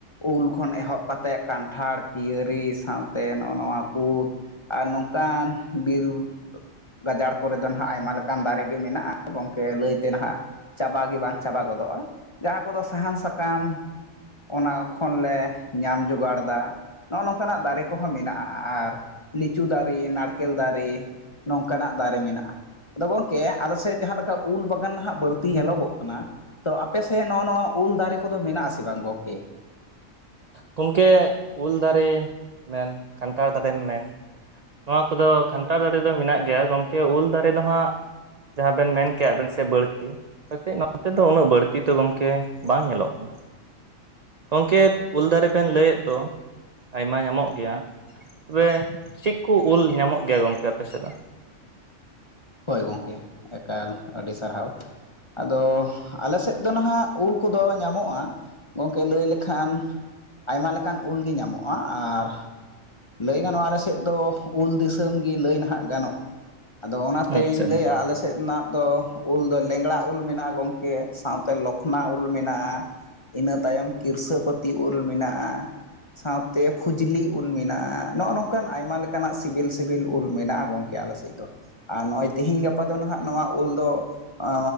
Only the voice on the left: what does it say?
ᱩᱞ ᱠᱷᱚᱱ ᱮᱦᱚᱵ ᱠᱟᱛᱮᱫ ᱠᱟᱱᱴᱷᱟᱲ ᱯᱤᱭᱟᱹᱨᱤ ᱥᱟᱶᱛᱮ ᱱᱚᱜᱼᱚ ᱱᱚᱣᱟ ᱠᱩ ᱟᱨ ᱱᱚᱝᱠᱟᱱ ᱵᱤᱨ ᱜᱟᱡᱟᱲ ᱠᱚᱨᱮ ᱫᱚ ᱦᱜ ᱟᱭᱢᱟ ᱞᱮᱠᱟᱱ ᱫᱟᱨᱮ ᱜᱮ ᱢᱮᱱᱟᱜᱼᱟ ᱜᱚᱢᱠᱮ ᱞᱟᱹᱭᱛᱮ ᱱᱟᱦᱟᱜ ᱪᱟᱵᱟ ᱜᱮ ᱵᱟᱝ ᱪᱟᱵᱟ ᱜᱚᱫᱚᱜᱼᱟ ᱡᱟᱦᱟᱸ ᱠᱚᱫᱚ ᱥᱟᱦᱟᱱ ᱥᱟᱠᱟᱢ ᱚᱱᱟ ᱠᱷᱚᱱᱞᱮ ᱧᱟᱢ ᱡᱚᱜᱟᱲᱫᱟ ᱱᱚᱜᱼᱚ ᱱᱚᱝᱠᱟᱱᱟᱜ ᱫᱟᱨᱮ ᱠᱚᱦᱚᱸ ᱢᱮᱱᱟᱜᱼᱟ ᱟᱨ ᱞᱤᱪᱩ ᱫᱟᱨᱮ ᱱᱟᱲᱠᱮᱞ ᱫᱟᱨᱮ ᱱᱚᱝᱠᱟᱱᱟᱜ ᱫᱟᱨᱮ ᱢᱮᱱᱟᱜᱼᱟ ᱟᱫᱚ ᱜᱚᱢᱠᱮ ᱟᱞᱮ ᱥᱮᱫ ᱡᱟᱦᱟᱸ ᱞᱮᱠᱟ ᱩᱞ ᱵᱟᱜᱟᱱᱜ ᱵᱟᱹᱲᱛᱤ ᱧᱮᱞᱚᱜᱚᱜ ᱠᱟᱱᱟ ᱛᱚ ᱟᱯᱮᱥᱮᱫ ᱱᱚᱜᱼᱚ ᱱᱚᱣᱟ ᱩᱞ ᱫᱟᱨᱮ ᱠᱚᱫᱚ ᱢᱮᱱᱟᱜ ᱟᱥᱮ ᱵᱟᱝ ᱜᱚᱝᱠᱮ
ᱦᱳᱭ ᱜᱚᱢᱠᱮ ᱮᱠᱟᱞ ᱟᱹᱰᱤ ᱥᱟᱨᱦᱟᱣ ᱟᱫᱚ ᱟᱞᱮ ᱥᱮᱫ ᱫᱚ ᱱᱟᱦᱟᱜ ᱩᱞ ᱠᱚᱫᱚ ᱧᱟᱢᱚᱜᱼᱟ ᱜᱚᱢᱠᱮ ᱞᱟᱹᱭ ᱞᱮᱠᱷᱟᱱ ᱟᱭᱢᱟ ᱞᱮᱠᱟᱱ ᱩᱞᱜᱮ ᱧᱟᱢᱚᱜᱼᱟ ᱟᱨ ᱞᱟᱹᱭ ᱜᱟᱱᱚᱜᱼᱟ ᱟᱞᱮ ᱥᱮᱫ ᱫᱚ ᱩᱞ ᱫᱤᱥᱚᱢ ᱜᱮ ᱞᱟᱹᱭ ᱱᱟᱦᱟᱜ ᱜᱟᱱᱚᱜᱼᱟ ᱟᱫᱚ ᱚᱱᱟ ᱛᱮᱧ
ᱞᱟᱹᱭᱟ ᱟᱞᱮ ᱥᱮᱫᱱᱟᱜ ᱫᱚ ᱩᱞ ᱫᱚ ᱞᱮᱝᱲᱟ ᱩᱞ ᱢᱮᱱᱟᱜᱼᱟ ᱜᱚᱢᱠᱮ ᱥᱟᱶᱛᱮ ᱞᱚᱠᱷᱱᱟ ᱩᱞ ᱢᱮᱱᱟᱜᱼᱟ ᱤᱱᱟᱹ ᱛᱟᱭᱚᱢ ᱠᱤᱨᱥᱟᱹᱯᱟᱹᱛᱤ ᱩᱞ ᱢᱮᱱᱟᱜᱼᱟ ᱥᱟᱶᱛᱮ ᱯᱷᱩᱡᱽᱞᱤ ᱩᱞ ᱢᱮᱱᱟᱜᱼᱟ ᱱᱚᱜᱼᱚ ᱱᱚᱝᱠᱟᱱ ᱟᱭᱢᱟ ᱞᱮᱠᱟᱱᱟᱜ ᱥᱤᱵᱤᱞ ᱥᱤᱵᱤᱞ ᱩᱞ ᱢᱮᱱᱟᱜᱼᱟ ᱜᱚᱝᱠᱮ ᱜᱮ ᱟᱞᱮ ᱥᱮᱫ ᱫᱚ ᱟᱨ ᱱᱚᱜᱼᱚᱭ ᱛᱮᱦᱤᱧ ᱜᱟᱯᱟ ᱫᱚ ᱱᱟᱦᱟᱜ ᱱᱚᱣᱟ ᱩᱞ ᱫᱚ ᱮ